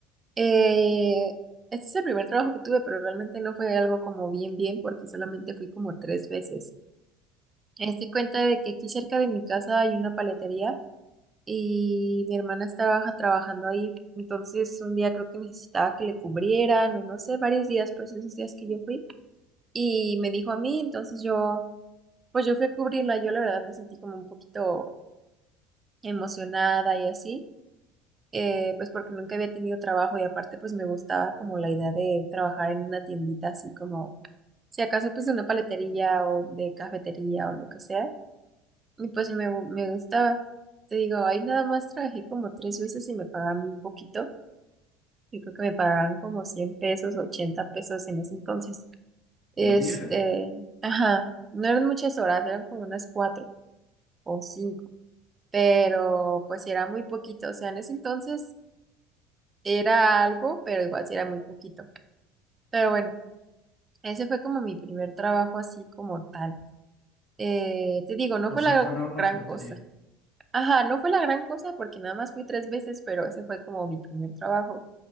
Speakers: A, on the right; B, on the left.
A: Eh, este es el primer trabajo que tuve, pero realmente no fue algo como bien, bien, porque solamente fui como tres veces. Me di cuenta de que aquí cerca de mi casa hay una paletería y mi hermana estaba ja, trabajando ahí. Entonces un día creo que necesitaba que le cubrieran o no sé, varios días, pues esos días que yo fui. Y me dijo a mí, entonces yo Pues yo fui a cubrirla, yo la verdad me sentí como un poquito emocionada y así, eh, pues porque nunca había tenido trabajo y aparte pues me gustaba como la idea de trabajar en una tiendita así como, si acaso pues de una paletería o de cafetería o lo que sea, y pues me, gu- me gustaba. Te digo, ahí nada más trabajé como tres veces y me pagaban un poquito, yo creo que me pagaban como 100 pesos, 80 pesos en ese entonces. Este,
B: ¿El día?
A: ajá, no eran muchas horas, eran como unas cuatro o cinco. pero pues sí era muy poquito, o sea, en ese entonces era algo, pero igual sí era muy poquito. Pero bueno, ese fue como mi primer trabajo así como tal. Eh, te digo, no
B: O
A: fue
B: sea,
A: la
B: fue en una
A: gran
B: paletería.
A: cosa. Ajá, no fue la gran cosa porque nada más fui tres veces, pero ese fue como mi primer trabajo.